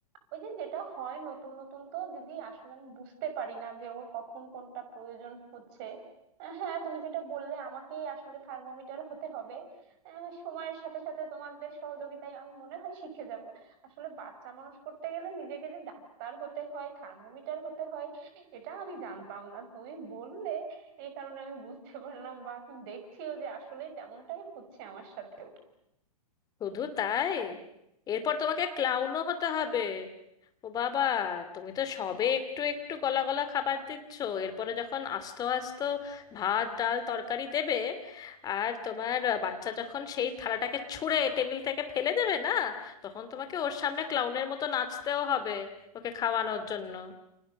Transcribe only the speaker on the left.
শুধু তাই এরপর তোমাকে ক্লাউনও হতে হবে ও বাবা তুমি তো সবে একটু একটু গলা গলা খাবার দিচ্ছ এরপরে যখন আস্ত আস্ত ভাত ডাল তরকারি দেবে আর তোমার বাচ্চা যখন সেই থালাটাকে ছুঁড়ে টেবিল থেকে ফেলে দেবে না তখন তোমাকে ওর সামনে ক্লাউনের মতো নাচতেও হবে ওকে খাওয়ানোর জন্য